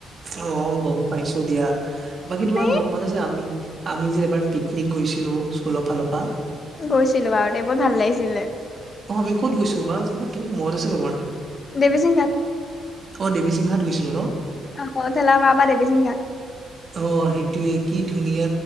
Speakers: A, on the right (about 45°); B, on the left (about 40°).
A: অ', গম পাইছোঁ দিয়া বাকী তোমাৰ
B: এই
A: মনত আছে আমি আমি যে এবাৰ পি নিক গৈছিলোঁ স্কুলৰ ফালৰ পৰা।
B: গৈছিলোঁ বাৰু দে বৰ ভাল লাগিছিলে।
A: অ', আমি ক'ত গৈছো বা জেগাতো মনত আছে তোমাৰ?
B: দেৱীচিং ঘাট
A: অ', দেৱী সিংহাত গৈছিলো ন'।
B: <unintelligible> বা দেৱী সিংঘাত।
A: অ', সেইটোৱে কি ধুনীয়া